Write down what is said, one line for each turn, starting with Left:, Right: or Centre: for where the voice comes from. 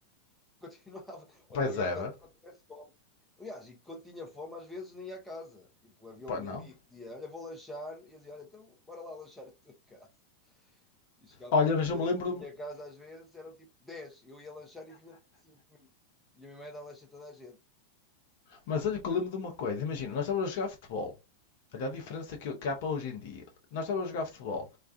Centre: Continuava. Ou
Left: Pois
Centre: então ia
Left: é,
Centre: à casa
Left: mano.
Centre: quando tivesse fome. Aliás, e quando tinha fome, às vezes nem ia à casa. Tipo, havia
Left: Pá,
Centre: um meu
Left: não.
Centre: amigo que dizia: Olha, vou lanchar. E eu dizia: Olha, então bora lá lanchar a tua <laughs> casa. E chegávamos
Left: Olha, mas
Centre: tipo,
Left: eu me lembro.
Centre: a minha
Left: de-
Centre: casa, às vezes eram tipo dez, Eu ia lanchar e vinha tipo 5 comigo. E a minha mãe dá lanche a toda a gente.
Left: Mas olha que
Centre: Yeah.
Left: eu lembro de uma coisa. Imagina, nós estávamos a jogar futebol. Olha a diferença que, que há para hoje em dia. Nós estávamos a jogar futebol.